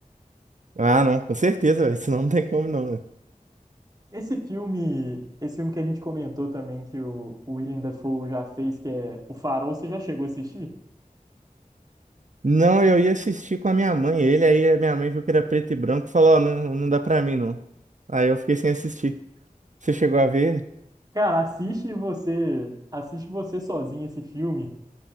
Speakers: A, on the right; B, on the right.
A: Ah, não, com certeza, velho. <laughs> Senão não tem como, não, velho.
B: Esse filme, esse filme que a gente comentou também que o o Willem Dafoe já fez, que é O Farol, você já chegou a assistir?
A: Não, eu ia assistir com a minha mãe. Ele aí, a minha mãe viu que era preto e branco e falou: Ó, não, não dá pra mim, não. Aí eu fiquei sem assistir. Você chegou a ver ele?
B: Cara, assiste você, assiste você sozinho esse filme,